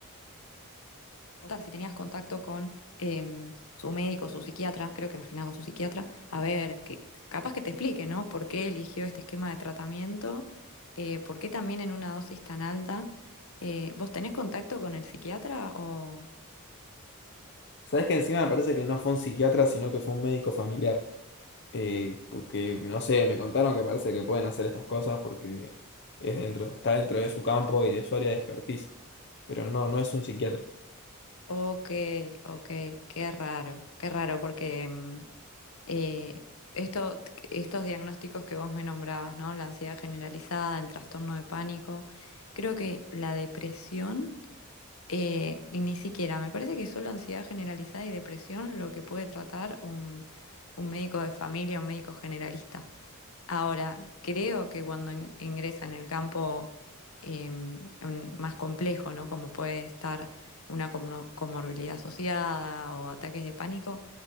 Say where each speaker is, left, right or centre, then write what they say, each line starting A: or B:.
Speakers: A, on the left; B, on the left.
A: preguntar si tenías contacto con em, su médico, su psiquiatra, creo que más que nada con su psiquiatra, a ver, que capaz que te explique, ¿no? ¿Por qué eligió este esquema de tratamiento? Eh, ¿por qué también en una dosis tan alta? Eh, ¿vos tenés contacto con el psiquiatra o...?
B: Sabes que encima me parece que no fue un psiquiatra, sino que fue un médico familiar. Eh, porque, no sé, me contaron que parece que pueden hacer estas cosas porque es dentro, está dentro de su campo y de su área de expertise. Pero no, no es un psiquiatra.
A: Ok, ok, qué raro, qué raro, porque em, eh, esto, estos diagnósticos que vos me nombrabas, ¿no? La ansiedad generalizada, el trastorno de pánico, creo que la depresión... Eh, y ni siquiera, me parece que solo ansiedad generalizada y depresión lo que puede tratar un, un médico de familia, un médico generalista. Ahora, creo que cuando in- ingresa en el campo em, un- más complejo, ¿no? Como puede estar una comno- comorbilidad asociada o ataques de pánico,